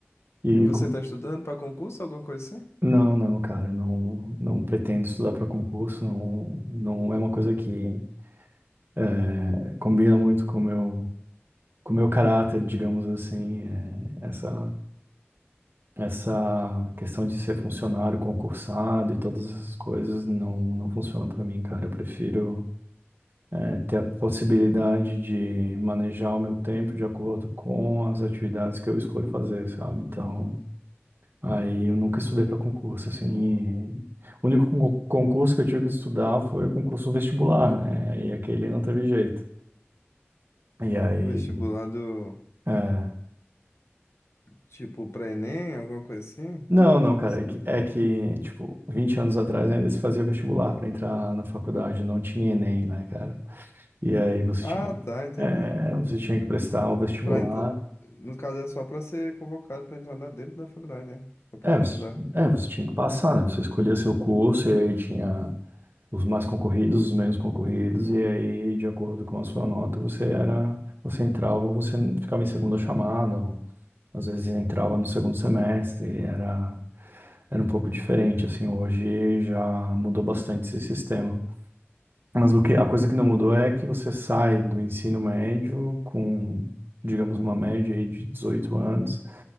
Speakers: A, on the right; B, on the left.
A: E
B: E você
A: com-
B: tá estudando pra concurso, alguma coisa assim?
A: não, não, cara, não, não pretendo estudar para concurso, não, não é uma coisa que é, combina muito com o meu com o meu caráter, digamos assim, é, essa essa questão de ser funcionário, concursado e todas essas coisas não não funciona para mim, cara. Eu prefiro é, ter a possibilidade de manejar o meu tempo de acordo com as atividades que eu escolho fazer, sabe? Então, aí eu nunca estudei para concurso, assim. e O único con- concurso que eu tive que estudar foi o concurso vestibular, né? E aquele não teve jeito. E aí,
B: Vestibular do
A: é,
B: tipo pra Enem, alguma coisa assim?
A: Não, não,
B: Você
A: cara, é que,
B: diz?
A: é que, tipo, 20 anos atrás ainda se fazia vestibular para entrar na faculdade, não tinha Enem, né, cara? E aí você
B: Ah,
A: tinha, que-
B: tá, entendi.
A: é, você tinha que prestar o vestibular.
B: Pra ent- No caso é só pra ser convocado pra entrar lá dentro da faculdade, né? Pra poder
A: É você,
B: estudar.
A: é, você tinha que passar, né? Você escolhia seu curso e aí tinha os mais concorridos, os menos concorridos, e aí, de acordo com a sua nota, você era, você entrava ou você ficava em segunda chamada, ou às vezes entrava no segundo semestre, era, era um pouco diferente, assim, hoje já mudou bastante esse sistema. Mas o que, a coisa que não mudou é que você sai do ensino médio com, digamos, uma média aí de 18 anos.